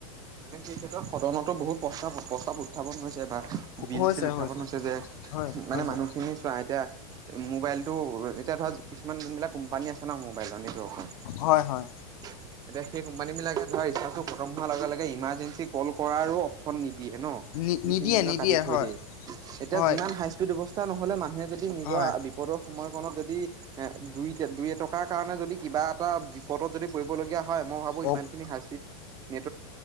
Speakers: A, on the right (about 20°); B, on the left (about 70°).
A: মানে সেই ক্ষেত্ৰত সদনতো বহুত প্ৰস্তাৱ প্ৰস্তাৱ উত্থাপন হৈছে বিল
B: হৈছে হৈছে হয়
A: উ
B: হৈছে
A: মান এ
B: হয় হয়।
A: ম ইমাৰ্জেঞ্চি কল কৰাৰো অপশন নিদিয়ে দিয়ে ন
B: নি
A: দুই
B: নিদিয়ে
A: তিনদিনৰ
B: নিদিয়ে
A: কাটি থৈ
B: হয়
A: দিয়ে এতিয়া
B: হয়
A: যিমান হাই স্পিড অৱস্থা নহলে মানুহে যদি নিজৰ
B: হয়
A: বিপদৰ সময়ত যদি এ দুই দুই এটকাৰ কাৰণে যদি কিবা এটা বিপদত যদি ল হয় মই ভাবোমানখ
B: অ
A: হাইড নে